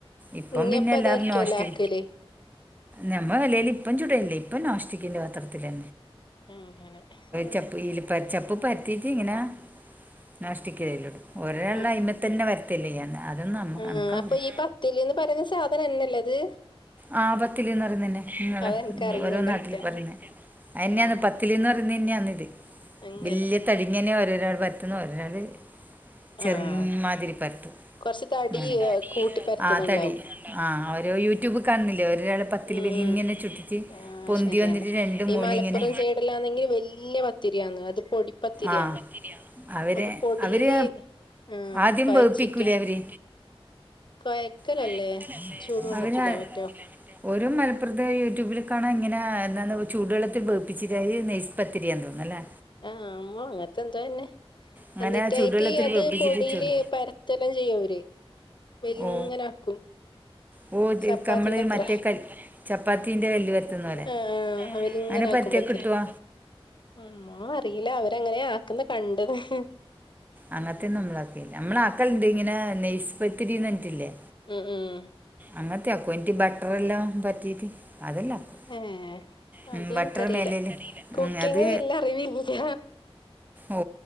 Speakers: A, on the right; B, on the left.
A: ഇപ്പം
B: ഇഞ്ഞിപ്പ
A: പിന്നെ എല്ലാരും
B: അതായിരിക്കുവല്ലോ
A: ദേഷേ
B: ആക്കല്
A: ഞമ്മ എലയിൽ ഇപ്പം ചുടല്ലേ ഇപ്പം നോസ്റ്റിക്കിന്റെ പത്രത്തിന്നെ
B: അങ്ങനെ ഉം
A: ചപ്പ് ചപ്പ് പരത്തീട്ട് ഇങ്ങനെ നേഷ്ടിക്കലിടും ഒരാൾ
B: ഉം
A: അൈമത്ത തന്നെ പരത്തും ല്ല അതൊന്നും നമ്മ
B: ഉം
A: എണക്കാവില്ല
B: അപ്പൊ ഈ പത്തില്ന്ന് പറയുന്ന സാധനന്നല്ലേ അത്
A: ആ പത്തിൽന്ന് പറയുന്നന്നെ നിങ്ങള്
B: അതെനിക്കറിയുന്നുണ്ടായിറ്റാ
A: ഓരോ നാട്ടില് പറയുന്നേ അയെന്നെയന്ന്
B: ഓഹ്
A: പത്തിലിന്ന് പറയുന്നന്നെയന്ന ഇത്
B: അങ്ങനെ
A: വല്യ തടി ഇങ്ങനെ ഓരോരാൾ പരത്തുന്ന ഒൊരാള് ചെ
B: ആഹ്
A: മാ പരത്തും
B: കൊറച്ച് തടി
A: അങ്ങനെ
B: കൂട്ടി പരത്തുന്നുണ്ടാവും
A: ആ തടി ആഹ് ഒരു യൂട്യൂബ് കാണുന്നില്ലേ ഒരാള് പത്തില്ൽ
B: ഉം
A: വല
B: ഉം
A: ഇങ്ങനെ ചുറ്റിച്ച്
B: ആഹ്
A: പൊന്തി
B: ശരിയെന്നെ
A: വന്നിട്ട് രണ്ടും
B: ഈ
A: മൂല
B: മലപ്പുറം
A: ഇങ്ങനെ
B: സൈഡിലാണെങ്കിൽ വല്യ പത്തിരിയാന്ന് അത് പൊടിപ്പത്തിരിയാന്ന്
A: ആഹ് അവര്
B: അത് പൊടീല്
A: അവര്
B: ആഹ്
A: ആദ്യം
B: കൊഴച്ചിട്ട്
A: വേപ്പിക്കൂലേ അവര്
B: കൊഴക്കലല്ലേ
A: കുഴക്കലല്ലേ
B: ചൂടുവെള്ളത്തിലാ
A: അവര്
B: മറ്റോ
A: ഒരു മലപ്പുറത്തെ യൂട്യൂബിൽ കാണാൻ ഇങ്ങനെ എന്താ ചൂടുെള്ളത്തിൽ വേപ്പിച്ചിട്ട് നൈസ് പത്തിരിയ തേന്നുന്നല്ലേ
B: ആഹ് അങ്ങനത്തെ എന്തോ തന്നെ
A: അങ്ങനെ
B: എന്നിട്ടായിട്ട്
A: ചൂടുവെള്ളത്തിൽ
B: അത്
A: വേപ്പിച്ചിട്ട്
B: പൊടിയില്
A: ചൂട്
B: പരത്തെല്ലാം ചെയ്യും അവര് വെലിങ്ങനാക്കും
A: ഓ ഓ ഇത്
B: ചപ്പാത്തിന്റെ
A: നമ്മള്
B: അത്ര
A: മറ്റേ കൽ ചപ്പാത്തീൻ്റെ കല്ല് പരത്തുന്ന
B: ഹോ
A: പോലെ
B: അവല് ഇങ്ങനെ
A: അങ്ങനെ
B: ആക്കും
A: പരത്തിയാ
B: പത്തര്
A: കിട്ടുവോ
B: ഉം ഒന്നും അറിയില്ല അവര് അങ്ങനെയ ആക്കുന്ന കണ്ട് ണ്
A: അങ്ങനത്തെന്നും നമ്മളക്കയില്ല നമ്മളെ ആക്കലെണ്ട് ഇങ്ങനെ നെയസ്പത്തിരിന്ന് പറഞ്ഞിട്ടില്ലേ
B: ഉം ഉം
A: അങ്ങനത്തെെ ആക്കും എനിട്ട് ബട്ടർ എല്ലാം പറ്റീട്ട് അതെല്ലാം ആക്കും
B: ഏഹ്
A: ഉം
B: അതും
A: ബട്ടർ
B: എനിക്കറിയില്ല
A: മേലേല്
B: കുക്കിങ്
A: ഉം അത്
B: വല്യ അറിവില്ല
A: ഓ